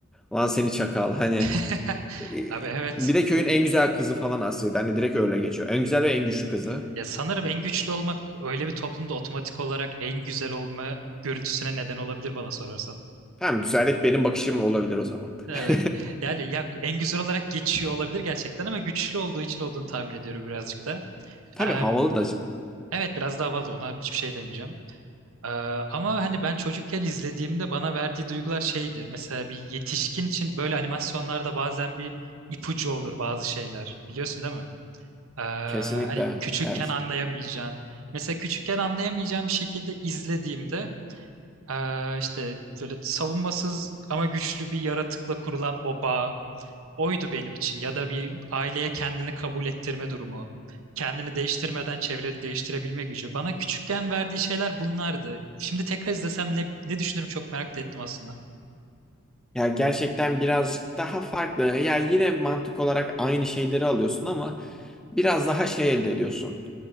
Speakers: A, in the centre; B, on the right.
A: Lan seni çakal hani.
B: <laughs>
A: e,
B: Abi evet.
A: Bir de köyün en güzel kızı falan aslında. Hani direkt öyle geçiyor. En güzel
B: Hı hı.
A: ve en güçlü kızı.
B: Ya sanırım en güçlü olmak öyle bir toplumda otomatik olarak en güzel olma görüntüsüne neden olabilir bana sorarsan.
A: Tamam güzellik benim bakışım olabilir o zaman.
B: Evet.
A: <laughs>
B: Yani ya en güzel olarak geçiyor olabilir gerçekten ama güçlü olduğu için olduğunu tahmin ediyorum birazcık da.
A: Tabii
B: Ee,
A: havalı da
B: evet biraz daha fazla ona hiçbir şey demeyeceğim. Ee, ama hani ben çocukken izlediğimde bana verdiği duygular şeydi. Mesela bir yetişkin için böyle animasyonlarda bazen bir ipucu olur bazı şeyler. Biliyorsun değil mi? Ee,
A: kesinlikle
B: hani küçükken
A: evet.
B: anlayamayacağın. Mesela küçükken anlayamayacağım bir şekilde izlediğimde ee, işte böyle savunmasız ama güçlü bir yaratıkla kurulan o bağ oydu benim için. Ya da bir aileye kendini kabul ettirme durumu. Kendini değiştirmeden çevreni değiştirebilme gücü. Bana küçükken verdiği şeyler bunlardı. Şimdi tekrar izlesem ne, ne düşünürüm çok merak da ettim aslında.
A: Ya gerçekten birazcık daha farklı. Ya yine mantık olarak aynı şeyleri alıyorsun ama biraz daha şey elde ediyorsun.